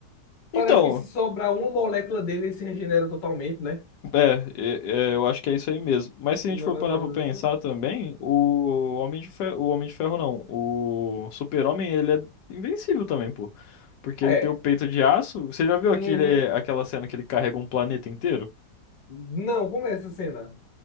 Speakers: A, on the left; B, on the left.
A: Então,
B: parece que se sobrar uma molécula dele, ele se regenera totalmente, né?
A: É, é, é, eu acho que é isso aí mesmo. Mas se a
B: Não
A: gente for
B: é mais
A: parar
B: ou menos
A: pra pensar
B: isso?
A: também, o Homem de Ferro, o Homem de Ferro não, o Super-Homem, ele é invencível também, pô. Porque
B: É.
A: ele tem o peito de aço. Você já viu
B: Uhum.
A: aquele, aquela cena que ele carrega um planeta inteiro?
B: Não, como é essa cena?